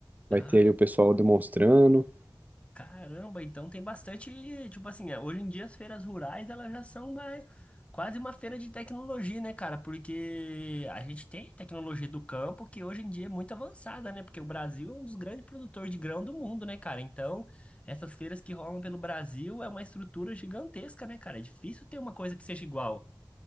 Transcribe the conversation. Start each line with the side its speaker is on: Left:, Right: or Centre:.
Right: Vai
Left: ai,
Right: ter ali o pessoal demonstrando.
Left: caramba, então tem bastante, tipo assim, é, hoje em dia as feiras rurais, elas já são mais, quase uma feira de tecnologia, né, cara? Porque a gente tem tecnologia do campo, que hoje em dia é muito avançada, né? Porque o Brasil é um dos grandes produtores de grão do mundo, né, cara? Então, essas feiras que rolam pelo Brasil é uma estrutura gigantesca, né, cara? É difícil ter uma coisa que seja igual.